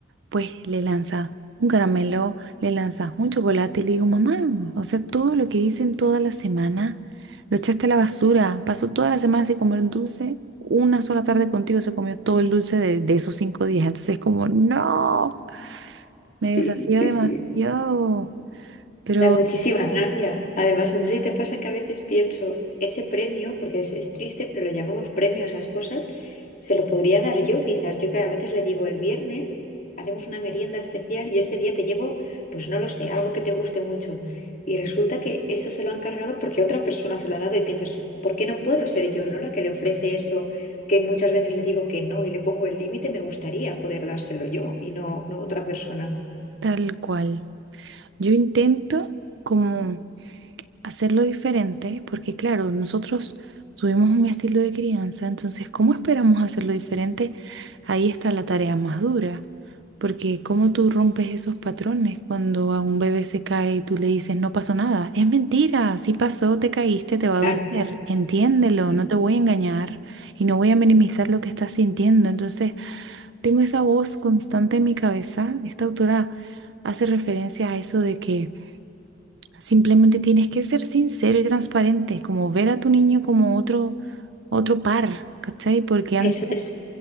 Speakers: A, on the right; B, on the left.
A: pues le lanza un caramelo, le lanza un chocolate y le digo, mamá, o sea, todo lo que hice en toda la semana lo echaste a la basura. Pasó toda la semana sin comer dulce. Una sola tarde contigo se comió todo el dulce de, de esos cinco días. Entonces es como, no, me
B: sí,
A: desafió
B: sí,
A: demasiado,
B: sí.
A: pero
B: Da muchísima rabia. Además, no sé si te pasa que a veces pienso, ese premio, porque es, es triste, pero lo llamamos premio a esas cosas, se lo podría dar yo quizás. Yo que a veces le digo, el viernes hacemos una merienda especial y ese día te llevo, pues no lo sé, algo que te guste mucho. Y resulta que eso se lo han cargado porque otra persona se lo ha dado y pienso, ¿por qué no puedo ser yo, no? La que le ofrece eso, que muchas veces le digo que no y le pongo el límite, me gustaría poder dárselo yo y no, no otra persona.
A: tal cual. Yo intento como... hacerlo diferente, porque claro, nosotros tuvimos un estilo de crianza, entonces, ¿cómo esperamos hacerlo diferente? Ahí está la tarea más dura, porque ¿cómo tú rompes esos patrones cuando a un bebé se cae y tú le dices, no pasó nada? Es mentira, si pasó, te caíste, te va
B: Claro,
A: a doler, entiéndelo,
B: <laughs>
A: no te voy a engañar y no voy a minimizar lo que estás sintiendo. Entonces, tengo esa voz constante en mi cabeza, esta autora hace referencia a eso de que... Simplemente tienes que ser sincero y transparente, como ver a tu niño como otro, otro par, ¿cachai? Porque
B: eso
A: antes
B: es...